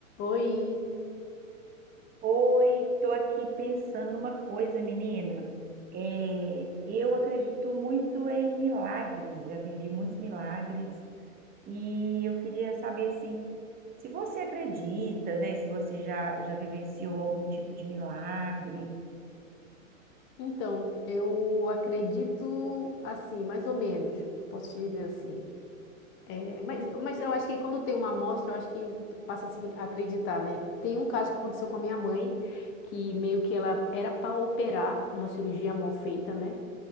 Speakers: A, on the left (about 30°); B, on the right (about 20°).
A: Oi,
B: Oi, tô aqui pensando numa coisa, menina. É, eu acredito muito em milagres, já vivi muitos milagres e eu queria saber assim, se você acredita, né? Se você já, já vivenciou algum tipo de milagre.
A: então, eu acredito assim, mais ou menos, posso te dizer assim. É, mas, mas eu acho que quando tem uma amostra, eu acho que passa a se acre- acreditar, né? Tem um caso que aconteceu com a minha mãe, que meio que ela era para operar uma cirurgia mal feita, né?